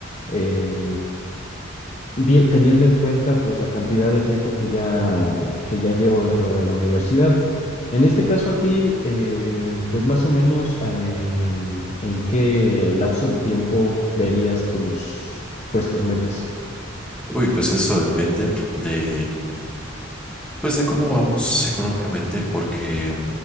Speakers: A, on the left; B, in the centre.
A: eh, vi- teniendo en cuenta pues la cantidad de tiempo que ya, que ya llevo dentro de la universidad. En este caso a ti, eh, pues más o menos eh, en qué lapso de tiempo verías tus, pues tus metas.
B: Uy, pues eso depende del, pues de cómo vamos económicamente, porque,